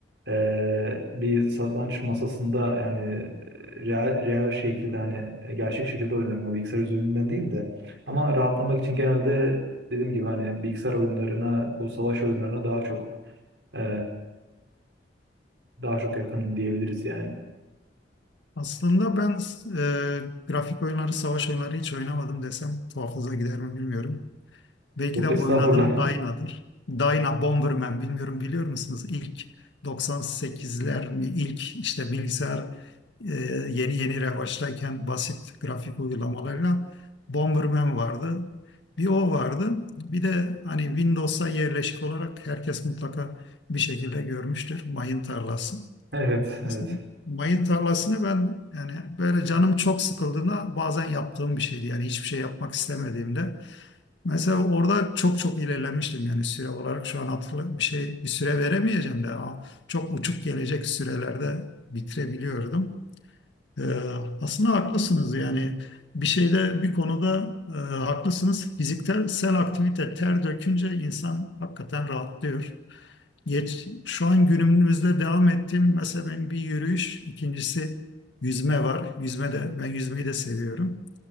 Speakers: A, on the right; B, on the left.
A: e, bir satranç masasında yani e, real, real şekilde hani e, gerçek şekilde oynarım. Hani Bilgisayar üzerinden değil de. Ama rahatlamak için genelde dediğim gibi hani bilgisayar oyunlarına, bu savaş oyunlarına daha çok e, daha çok yakınım diyebiliriz yani.
B: Aslında ben e, grafik oyunları, savaş oyunları hiç oynamadım desem tuhafınıza gider mi bilmiyorum. Belki
A: Yok
B: de
A: estağfurullah.
B: oynadım
A: <laughs>
B: Dyna'dır. Dyna Bomberman bilmiyorum biliyor musunuz? İlk 98'ler mi? İlk işte bilgisayar e, yeni yeni revaçtayken basit grafik uygulamalarla Bomberman vardı. Bir o vardı. Bir de hani Windows'a yerleşik olarak herkes mutlaka bir şekilde görmüştür. Mayın tarlası.
A: Evet, evet.
B: Mesela mayın tarlasını ben yani böyle canım çok sıkıldığında bazen yaptığım bir şeydi. Yani hiçbir şey yapmak istemediğimde. Mesela orada çok çok ilerlemiştim yani süre olarak şu an hatırla bir şey bir süre veremeyeceğim de ama çok uçuk gelecek sürelerde bitirebiliyordum. Ee, aslında haklısınız yani bir şeyde bir konuda e, haklısınız. Fiziksel aktivite ter dökünce insan hakikaten rahatlıyor. Geç, şu an günümüzde devam ettiğim mesela benim bir yürüyüş, ikincisi yüzme var. Yüzme de ben yüzmeyi de seviyorum.